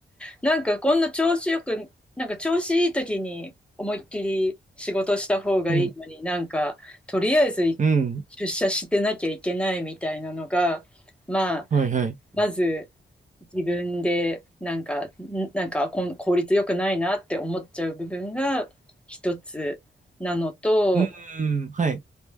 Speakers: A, in the centre; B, on the right (about 40°).
A: なんかこんな調子よく、なんか調子いい時に思いっきり仕事した方がいいのになんかとりあえずい出社してなきゃいけないみたいなのが、
B: うん。うん。
A: まあ、
B: はいはい。
A: まず自分でなんか、んなんかこん効率よくないなって思っちゃう部分が一つなのと、
B: うーん。はい。